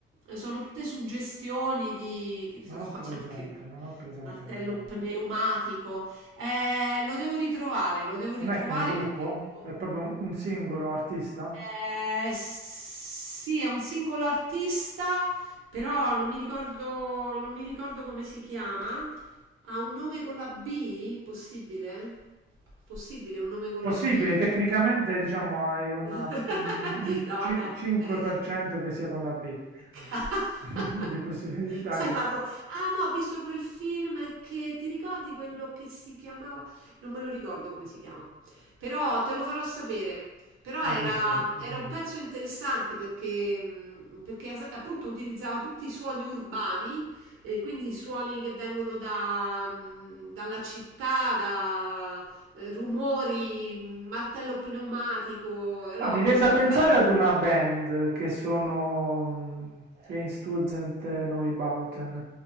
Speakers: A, on the right; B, on the right.
A: sono tutte suggestioni di, che ne so,
B: Non
A: <laughs>
B: ho presente,
A: c'è anche il
B: non ho presente
A: martello
B: al momento.
A: pneumatico, Eh, lo devo ritrovare, lo devo ritrovare
B: Non è che è un gruppo?
A: perché te lo
B: È proprio un, un singolo artista?
A: eh, sì, è un singolo artista, però non mi ricordo, non mi ricordo come si chiama. Ha un nome con la B? Possibile? Possibile un nome con
B: Possibile,
A: la B?
B: tecnicamente diciamo hai una,
A: <laughs>
B: un
A: No,
B: cir-
A: vabbè.
B: 5%
A: Eh,
B: che sia con la B
A: <laughs>
B: <laughs> di possibilità
A: Sai
B: che...
A: quando... Ah no, ho visto quel film che ti ricordi quello che si chiamava? Non me lo ricordo come si chiama, però te lo farò sapere. Però
B: Con
A: era,
B: piacere.
A: era un Mm. pezzo interessante perché, mh, perché as- appunto utilizzava tutti i suoni urbani e quindi i suoni che vengono da, mh, dalla città, da eh, rumori, mh, martello pneumatico. E allora
B: Ah, mi
A: ho pensato,
B: viene da pensare
A: beh,
B: ad una band che sono mm, Einstürzend Neubauten,